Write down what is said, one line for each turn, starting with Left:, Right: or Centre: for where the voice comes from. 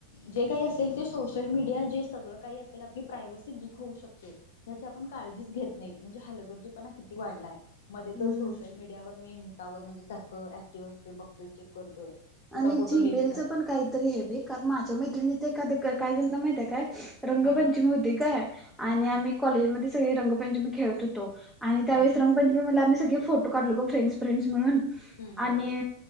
Left: जे काही असेल ते सोशल मीडिया जे सगळं काही असेल आपली प्रायव्हसी लीक होऊ शकते. याची आपण काळजीच घेत नाही म्हणजे हलगर्जीपणा किती वाढलाय मध्ये
Centre: हम्म
Left: तर सोशल मीडिया. त्यावर मी इंस्टावर म्हणजे सारखं ऍक्टिव्ह असतोय बघतो चेक करतोय. त्याचा
Centre: आणि
Left: फोटो
Centre: झीमेलचं
Left: लीक झाला
Centre: पण काहीतरी आहे बे कार माझ्या मैत्रिणीचं एखादं काय झालं तर माहिती आहे काय. रंगपंचमी
Left: हा
Centre: होती काय आणि
Left: हा.
Centre: आम्ही कॉलेजमध्ये सगळी रंगपंचमी खेळत होतो. आणि त्यावेळेस
Left: हम्म
Centre: रंगपंचमी मला आम्ही सगळे फोटो काढलो गो फ्रेंडस फ्रेंडस म्हणून
Left: हम्म बरोबर
Centre: आणि.